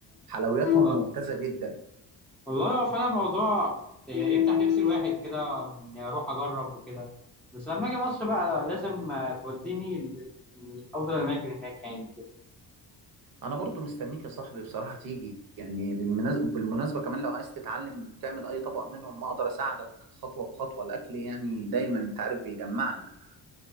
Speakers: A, on the right; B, in the centre.
A: حلوياتهم
B: عنها
A: ممتازة جدا
B: والله هو فعلا الموضوع يعني يفتح نفس الواحد كده إني اروح اجرب وكده بس لما اجي مصر بقى لازم آه، توديني ل- لافضل الاماكن هناك يعني كده.
A: أنا برضو مستنيك يا صاحبي بصراحة تيجي يعني بالمناس- بالمناسبة كمان لو عايز تتعلم تعمل أي طبق منهم ما أقدر أساعدك خطوة بخطوة الأكل يعني دايما أنت عارف بيجمعنا